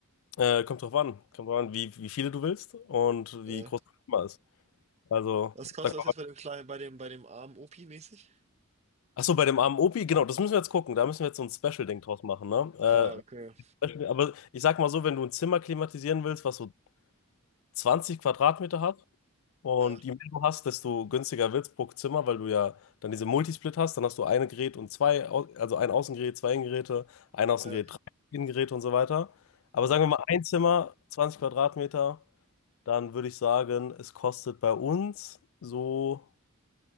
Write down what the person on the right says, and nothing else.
Ja.
Was kostet
das jetzt bei dem kleinen, bei dem, bei dem armen Opi mäßig?
Ah, okay.
Ja,
ja,
ja.